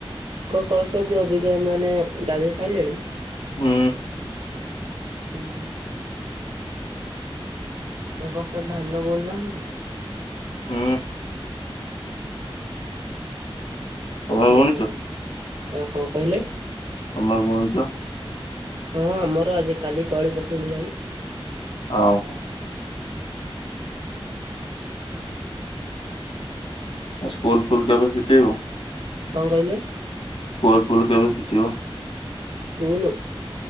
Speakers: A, on the right; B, on the left.
A: କଣ କରୁଛନ୍ତି ଅବିକା ମାନେ ଗାଧେଇ ସାରିଲେଣି?
B: ହୁଁ।
A: ହୁଁ ହୁଁ। ଏ ବର୍ଷ ଧାନ ବୁଣୁ ନାହାନ୍ତି?
B: ହୁଁ।
A: <unintelligible>
B: ତମେ ବୁଣୁଛ
A: ଭାଇ କଣ କହିଲେ?
B: ତମେ ବୁଣିଛ?
A: ହଁ ଆମର ଆଜି କାଲି ତଳି ପକେଇଲୁ ଭାଇ।
B: ହଉ। ଆ ସ୍କୁଲ ଫୁଲ କେବେ ଫିଟେଇବ?
A: କଣ କହିଲେ?
B: ସ୍କୁଲ୍ ଫୁଲ କେବେ ଫିଟିିବ?
A: ସ୍କୁୂଲ?